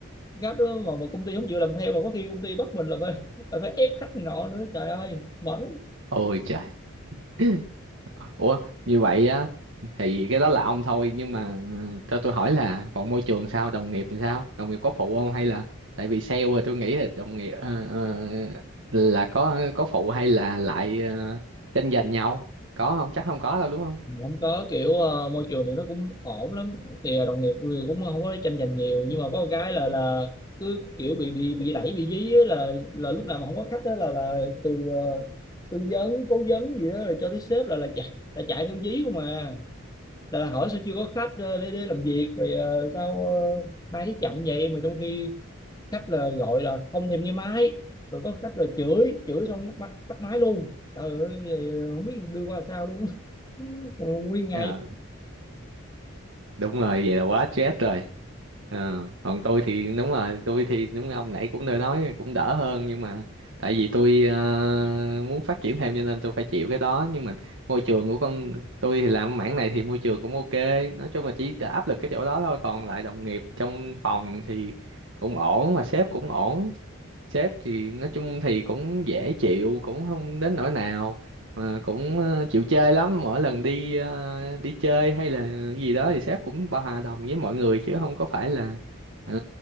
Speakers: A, on the left (about 15°); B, on the right (about 65°).
A: khách đó mà một công ty không chịu làm theo mà có khi công ty bắt mình là phải là phải ép khách này nọ nữa trời ơi mệt lắm.
B: ôi trời <laughs> ủa như vậy á thì cái đó là ông thôi nhưng mà ừ, cho tôi hỏi là còn môi trường sao đồng nghiệp làm sao đồng nghiệp có phụ không hay là tại vì sale rồi tôi nghĩ là đồng nghiệp ờ, ờ, là có có phụ hay là lại ờ, tranh giành nhau có không chắc không có đâu đúng không
A: không có kiểu ờ, môi trường thì nó cũng ổn lắm thì ờ, đồng nghiệp thì cũng không có tranh giành nhiều nhưng mà có một cái là là cứ kiểu bị bị bị đẩy bị dí á, là là lúc nào mà không có khách đó là là từ ờ, tư vấn cố vấn gì đó rồi cho tới sếp là là chạy là chạy theo dí không à là, là hỏi sao chưa có khách ờ, để, để làm việc rồi ờ, sao ờ, máy đi chậm vậy mà trong khi khách là gọi là không thèm nghe máy rồi có khách là chửi chửi xong tắt, máy- tắt máy luôn trời ơi giờ không biết đưa qua sao luôn <laughs> nguyên ngày
B: Ờ, đúng rồi vậy là quá stress rồi Ờ, còn tôi thì đúng rồi tôi thì đúng như ông nãy cũng đã nói cũng đỡ hơn nhưng mà tại vì tôi ờ, muốn phát triển thêm cho nên tôi phải chịu cái đó nhưng mà môi trường của con tôi thì làm mảng này thì môi trường cũng ok nói chung là chỉ áp lực cái chỗ đó thôi còn lại đồng nghiệp trong phòng thì cũng ổn mà sếp cũng ổn sếp thì nói chung thì cũng dễ chịu cũng không đến nỗi nào mà cũng ờ, chịu chơi lắm mỗi lần đi ờ, đi chơi hay là gì đó thì sếp cũng bao hòa đồng với mọi người chứ không có phải là ờ,